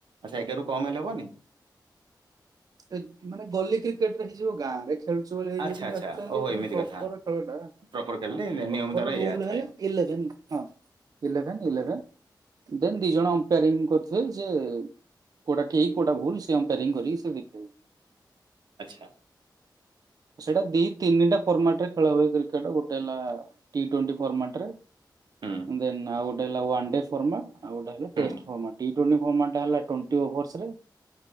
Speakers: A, on the right; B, on the right.
A: ଆଚ୍ଛା ଏଗାରରୁ କମ୍ ହେଲେ ହେବନି?
B: ସେ ମାନେ ଗଲି କ୍ରିକେଟ ରେ ହେଇଯିବ ଗାଁରେ। ଖେଳୁଚ ଭ ହେଇଯିବ
A: ଆଚ୍ଛା
B: କିନ୍ତୁ
A: ଆଚ୍ଛା
B: ଆଚୁଆଲି
A: ଓହୋ ଏମିତି
B: ଯୋଉ ପ୍ରପର
A: କଥା
B: ଖେଳଟା ହ
A: ପ୍ରପର ଖେଳିଲେ
B: ପ୍ରପର
A: ନିୟମ ତାର
B: ରୁଲ
A: ଏଇଆ ଥାଏ
B: ହେଲା ଇଲେଭେନ୍ ହଁ ଇଲେଭେନ୍ ଇଲେଭେନ୍। ଦେନ ଦିଜଣ ଅମ୍ପାରିଂ କରୁଥିବେ ସେ କୋଉଟା ଠିକ୍ କୋଉଟା ଭୁଲ ସେ ଅମ୍ପାର କରି ସେ ଦେଖିବେ।
A: ଆଚ୍ଛା।
B: ସେଇଟା ଦି ତିନିଟା ଫର୍ମାଟ ରେ ଖେଳ ହୁଏ କ୍ରିକେଟ ଗୋଟେ ହେଲା ଟି ଟୋଣ୍ଟି ଫର୍ମାଟରେ
A: ହୁଁ
B: ଦେନ୍ ଆଉ ୱାନ ଡେ ଫର୍ମାଟ, ଆଉ ଗୋଟେ
A: ହୁଁ
B: ଟେଷ୍ଟ ଫର୍ମାଟ। ଟି ଟୋଣ୍ଟି ଫର୍ମାଟରେ ହେଲା ଟୋଣ୍ଟି ଓଭରସରେ